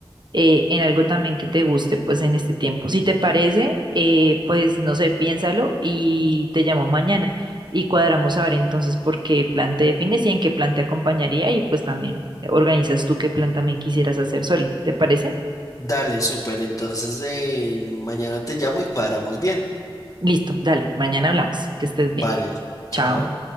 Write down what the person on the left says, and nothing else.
Dale, súper. Entonces, eh, mañana te llamo y cuadramos bien.
Vale,
chao.